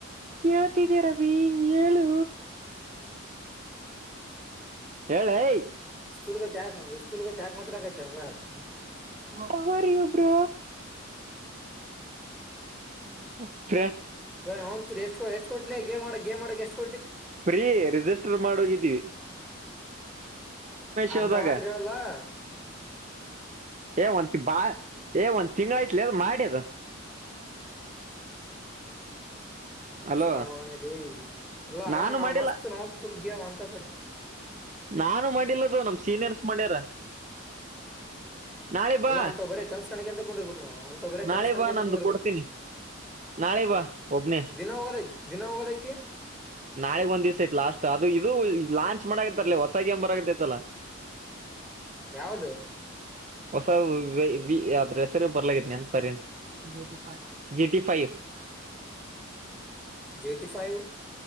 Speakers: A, on the right; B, in the centre.
A: ಕೇಳ್ತಿದ್ದಿ ರವಿ ಹೇಳು ಹೇಳೈ
B: <unintelligible> <unintelligible> <unintelligible>
A: ತೊಗರಿ ಒಬ್ರು ಹ <unintelligible>
B: ಬ್ ಎಷ್ಟ ಎಷ್ಟ ಕೊಟ್ಲಿ ಲೇ ಗೇಮ್ ಮಾಡಕ್ ಗೇ ಮಾಡಕ್ ಎಷ್ಟ್ ಕೊ
A: ಫ್ರೀ ರಿಜಿಸ್ಟರ್ ಮಾಡೋಗಿದ್ದೀವಿ
B: ಅಂತವಾದರಿರಾಲ್ಲ್ವಾ
A: ಶೋದಾಗ ಏ ಒಂತ ಬಾ ಏ ಒಂದ ತಿಂಗಳ ಐತ್ಲಿ ಅದ್ ಮಾಡಿ ಅದ ಅಲೋ
B: ಸಾಮನಲಿ ಎಲ್ಲ ಆರಾಮ್
A: ನಾನು ಮಾಡಿಲ್ಲ
B: ಮಸ್ತ್ ನ ತು ಗ ಅಂತ ಪ
A: ನಾನು ಮಾಡಿಲ್ಲದು ನಮ ಸೀನಿಯರ್ಸ್ ಮಾಡ್ಯಾರ ನಾಳೆ ಬಾ
B: ಅಲ್ಲ ಅಂತ ಬರೇ ಕನ್ಸ್ಕಾಣಕ್ಕೆ ಎಂತ ಕುಂದಿರ್ಬೇಕು ನಾವು ಅಂತ ಬರ
A: ನಾಳೆ
B: ಕನ್ಸಕಾಣಿಕ
A: ಬಾ
B: ಅಂತ
A: ನಂದು
B: ಕುಂದಿರ್ಬೇಕು
A: ಕೊಡ್ತೀನಿ ನಾಳೆ ಬಾ ಒಬ್ನೇ
B: ದಿನ ಹೋಗೋದ ದಿನ ಹೋಗೋದೈತಿ
A: ನಾಳಗ್ ಒಂದ್ ದಿವ್ಸ ಐತ್ ಲಾಸ್ಟ್ ಅದು ಇದು ಲಾಂಚ್ ಮಾಡಕತ್ತರ್ಲ ಹೊಸಾಗಿ ಎ ಬರತ್ತತಲ್ಲಾ
B: ಯಾವ್ದ
A: ಹೊಸ ವಿ ಅದ್ರ್ ಹೆಸ್ರೇ ಬರಲಾಗದ ನೆನಪು G T five
B: G T five